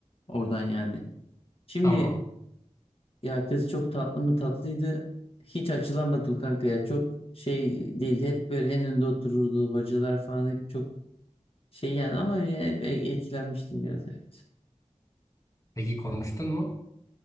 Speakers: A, on the left; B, on the left.
A: Oradan yani. Şimdi
B: Tamam.
A: ya kız çok tatlı mı tatlıydı. Hiç açılamadım kanka ya. Çok şey değil. Hep böyle en önde otururdu. Hocalar falan hep çok şey yani ama ya hep e, etkilenmiştim biraz evet.
B: Peki konuştun mu?